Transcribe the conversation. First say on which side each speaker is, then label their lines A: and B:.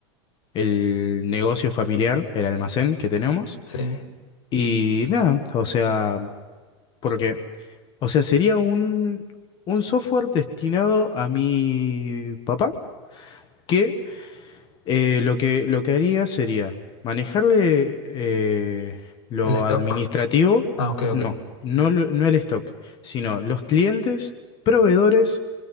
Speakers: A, on the left (about 30°); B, on the left (about 70°).
A: el negocio familiar, el almacén que tenemos.
B: Sí,
A: Y nada, o sea, porque, o sea, sería un, un software destinado a mi papá. que Eh, lo que, lo que haría sería manejarle eh, lo
B: el stock.
A: administrativo,
B: Ah, ok,
A: no,
B: ok.
A: no, lo- no el stock, sino los clientes, proveedores